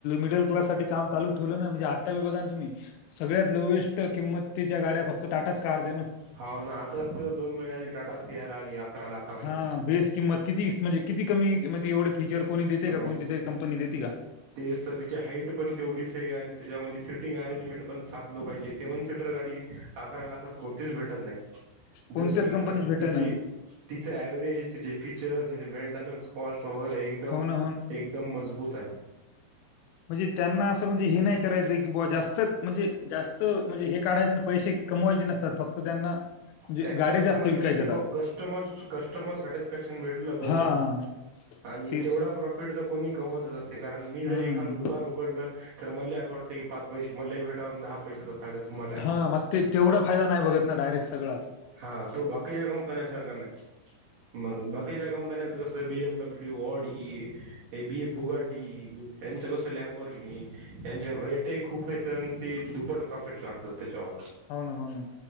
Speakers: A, on the left; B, on the right.
A: मिडल क्लाससाठी काम चालू ठेवलं नाही म्हणजे आत्ता बी बघा ना तुम्ही सगळ्यात लोएस्ट किंमतीच्या गाड्या फक्त टाटाच काढते ना.
B: हो ना आताच तर दोन महिन्या टाटा शेअर आली. अकरा लाखामध्ये
A: हा बेस किंमत किती म्हणजे किती कमी म्हज एवढे फीचर कोणी देते का
B: मग
A: कोणती कंपनी देत का?
B: तेच तर तिची हाईट पण तेवढीच आहे आणि त्याच्यामध्ये सिटिंग अरेंजमेंट पण सात लोकांची सेव्हन सीटर गाडी अकरा लाखात कोणतीच भेटत नाही
A: कोणत्याच
B: जशी
A: कंपनीच
B: आणि
A: भेटेना.
B: तिची तिचा ऍव्हरेज तिचे फीचर्स तिचे मेंटेनन्स कॉस्ट वगैरे एकदम
A: हो ना
B: एकदम मजबूत आहे.
A: म्हणजे त्यांना असं म्हणजे हे नाही करायचं की बा जास्त म्हणजे जास्त म्हणजे हे काढायचं पैसे कमवायचे नस त फक्त त्यांना म्हणजे
B: त्यांचं
A: गाड्या
B: असं
A: जास्त
B: म्हणणं
A: विकायच्या
B: आहे की
A: आता.
B: बा कस्टमर कस्टमर सॅटिस्फॅक्शन भेटलं बस
A: हां,
B: झालं.
A: हां.
B: आणि
A: तेच.
B: तेवढा प्रॉफिट तर कोणी कमवतच असते कारण मी जर
A: हं.
B: एखादं दुकान उघडलं तर मला असं वाटतं की पाच पैसे मला भेटावून दहा पैशाचा फायदा तुम्हाला
A: हां,
B: हवा.
A: मग तेवढा फायदा नाही बघत ना डायरेट सगळ
B: हा तो बाकीच्या कंपन्या सारख नाही. मग बाकीच्या कंपन्यांचं कसं बीएमडब्ल्यू, ऑडी हे बी ए बुगाटी यांचं कसं लॅम्बॉरगिणी यांचे रेटही खूप आहेते आणि ते दुपट प्रॉफिट काढतात त्याच्यावर.
A: हो ना हो ना